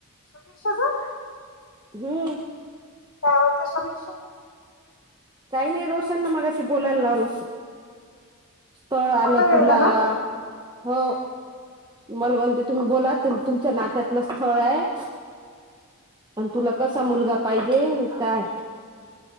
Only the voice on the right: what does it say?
हम्म.
काही नाही. रोशनन मगाशी बोलायला लावलं. स्थळ
आलं
तुला.
हो. मला म्हणते. तुम्ही बोला. तुमच्या नात्यातलंच स्थळय. अन तुला कसा मुलगा पाहिजे? काय?